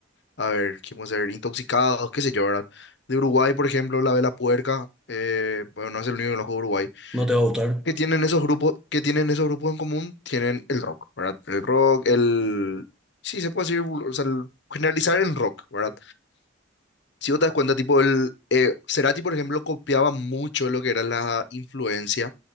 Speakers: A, on the left; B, in the centre.
A: a ver, ¿qué podemos ser? Intoxicados, qué sé yo, ¿verdad? De Uruguay, por ejemplo, la Vela Puerca, eh, bueno, no es el único que conozco de Uruguay.
B: ¿No te va a gustar?
A: ¿Qué tienen esos grupos, qué tienen esos grupos en común? Tienen el rock, ¿verdad? El rock, el... Sí, se puede decir, o sea, el- generalizar en rock, ¿verdad? Si vos te das cuenta, tipo, el... Eh, Cerati, por ejemplo, copiaba mucho lo que era la influencia